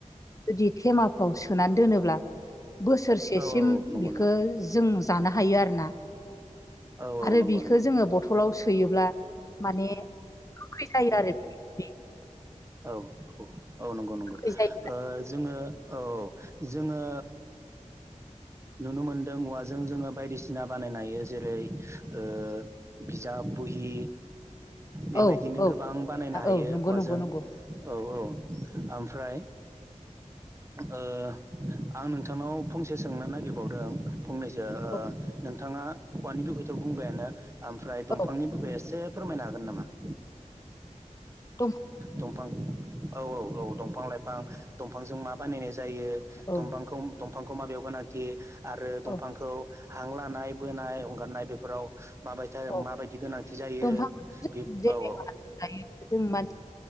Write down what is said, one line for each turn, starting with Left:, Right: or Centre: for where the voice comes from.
Left: जुदि थेमाफ्राव सोनानै दोनोब्ला बोसोरसेसिम
Right: औ औ नंगौ
Left: बेखौ
Right: नोंथां
Left: जों थानो हायो आरोना
Right: औ
Left: आरो
Right: औ नंगौ
Left: बिखौ
Right: नंगौ
Left: जोङो बथलाव सोयोब्ला माने गोखै जायो आरो फे
Right: औ औ औ नंगौ नंगौ
Left: गोखै जायो
Right: जोङो औ औ। जोङो नुनो मोनदों औवाजों जोङो बायदिसिना बानायनो हायो जेरै ओ बिजाब बुहि बेबायदिनो
Left: औ औ
Right: गोबां बानायनो हायो
Left: औ नंगौ
Right: औवाजों
Left: नंगौ नंगौ
Right: औ औ ओमफ्राय ओ आं नोंथांनाव फंसे सोंनो नागिरबावदों फंनै जो ओ
Left: औ
Right: नोंथाङा औवानि बिुखैथ' बुंबायानो ओमफ्राय दंफांनि
Left: औ
Right: बिखै एसे फोरमायनो हागोन नामा ।
Left: औ
Right: दफां औ औ औ दंफां लाइफां दंफांजों मा बानायनाय ज जायोफांखौ
Left: औ
Right: दंफांखौ माबेयाव गोनांथि आरो दंफांखौ
Left: औ
Right: हां लानाय बोनाय हंगारनाय बेफोराव माबायता
Left: औ
Right: माबायदि गोनांथि जायो
Left: दंफां
Right: बि
Left: जेनेबा
Right: औ औ।
Left: दायो जों मानसिनि